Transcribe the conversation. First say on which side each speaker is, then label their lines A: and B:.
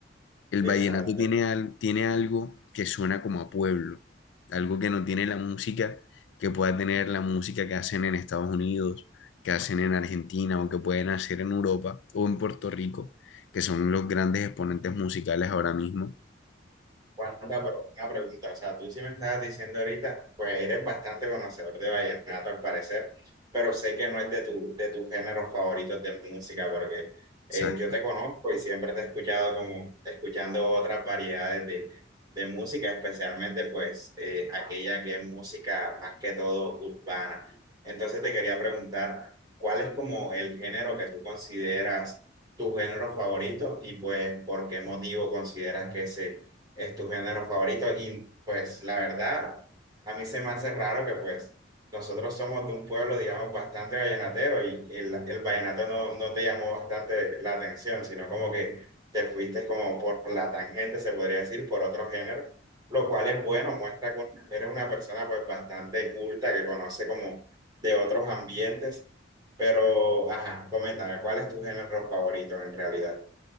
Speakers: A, on the left (about 75°); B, on the right (about 20°).
A: El
B: exacto.
A: vallenato tiene, al- tiene algo que suena como a pueblo, algo que no tiene la música que pueda tener la música que hacen en Estados Unidos, que hacen en Argentina o que pueden hacer en Europa o en Puerto Rico, que son los grandes exponentes musicales ahora mismo.
B: Juanpa, pero una pregunta, o sea, tú sí me estabas diciendo ahorita, pues eres bastante conocedor de vallenato al parecer, pero sé que no es de tu, de tus géneros favoritos de música, porque eh,
A: Exacto.
B: yo te conozco y siempre te he escuchado como escuchando otras variedades de, de música, especialmente pues eh, aquella que es música más que todo urbana. Entonces te quería preguntar, ¿cuál es como el género que tú consideras tu género favorito y pues por qué motivo consideras que ese es tu género favorito y pues la verdad, a mí se me hace raro que pues nosotros somos de un pueblo, digamos, bastante vallenatero y el, el vallenato no, no te llamó bastante la atención, sino como que te fuiste como por la tangente, se podría decir, por otro género, lo cual es bueno, muestra que eres una persona pues bastante culta, que conoce como de otros ambientes, pero, ajá, coméntame, ¿cuál es tu género favorito en realidad?